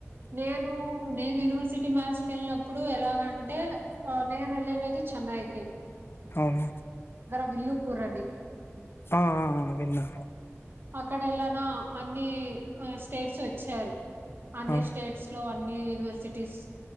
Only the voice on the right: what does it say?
నేను నేను యూనివర్సిటీ మ్యాచ్కి వెళ్ళినప్పుడు ఎలాగంటే ఆ నేను వెళనది చతే కె
అది
అక్కడ ఎలానా అన్ని స్టేట్స్ వచ్చారు అన్ని
స్టేట్స్ లో అన్ని యూనివర్సిటీస్